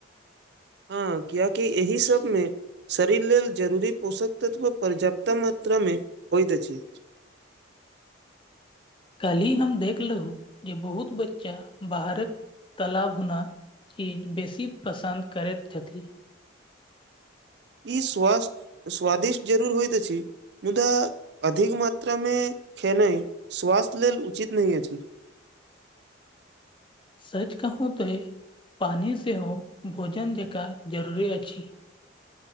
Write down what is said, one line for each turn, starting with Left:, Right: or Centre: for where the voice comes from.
Right: हँ कियाकि एहि सबमे शरीर लेल जरूरी पोषक तथवा पर्याप्त मात्रामे होइत अछि
Left: काल्हि हम देखलहु जे बहुत बच्चा बाहरक तला भुना चीज बेसी पसन्द करैत छथि
Right: ई स्व स्वादिष्ट जरूर होइत छी मुदा अधिक मात्रा मे खेनाइ स्वास्थ्य लेल उचित नहि अछि
Left: सच कहू तो पानी सेहो भोजन जकाँ जरुरी अछि